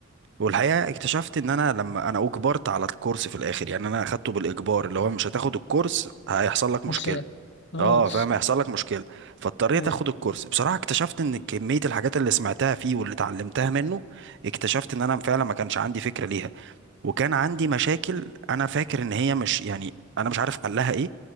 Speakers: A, on the right; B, on the left.
A: والحقيقة اكتشفت ان انا لما انا اجبرت على الكورس في الاخر يعني انا اخدته بالاجبار اللي هو مش هتاخد الكورس هيحصل لك مشكلة
B: مثال اه
A: اه فاهم هيحصل لك مشكلة فاضطريت
B: <laughs> ايوه
A: اخد الكورس بصراحة اكتشفت ان كمية الحاجات اللي سمعتها فيه واللي اتعلمتها منه اكتشفت ان انا فعلا ما كانش عندي فكرة ليها وكان عندي مشاكل انا فاكر ان هي مش يعني انا مش عارف حلها ايه